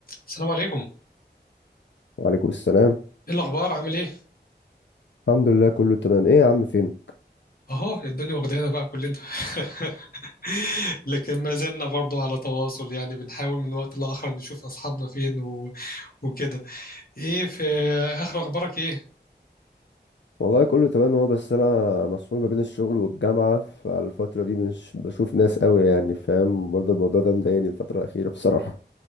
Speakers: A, on the left (about 55°); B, on the left (about 80°).
A: السلام عليكم
B: وعليكم السلام
A: ايه الاخبار عامل ايه
B: الحمد لله كله تمام ايه يا عم فين
A: اهو الدنيا واخدانا بقى كلنا <laughs> لكن ما زلنا برضو على تواصل يعني بنحاول من وقت لاخر نشوف اصحابنا فين و... وكده ايه في اخر اخبارك ايه
B: والله كله تمام اهو بس انا مسحول ما بين الشغل والجامعة فالفترة دي مش بشوف ناس قوي يعني فاهم برضه الموضوع ده مضايقني الفترة الأخيرة بصراحة